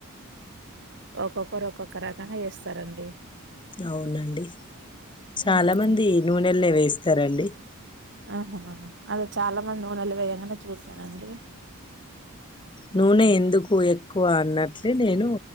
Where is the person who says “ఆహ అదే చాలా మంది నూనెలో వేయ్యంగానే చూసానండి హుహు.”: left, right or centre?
Right